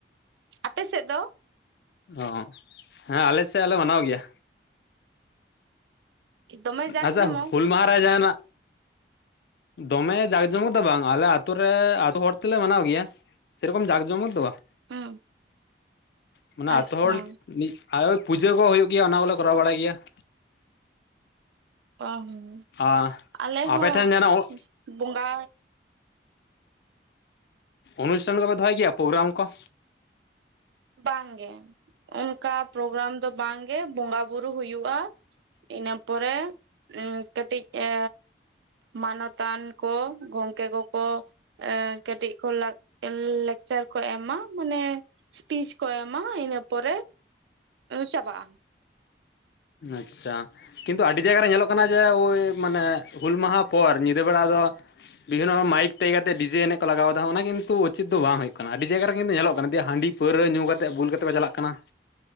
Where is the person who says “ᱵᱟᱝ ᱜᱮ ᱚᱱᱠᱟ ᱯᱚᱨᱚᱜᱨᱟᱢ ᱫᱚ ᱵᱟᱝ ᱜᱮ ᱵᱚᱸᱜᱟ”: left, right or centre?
Right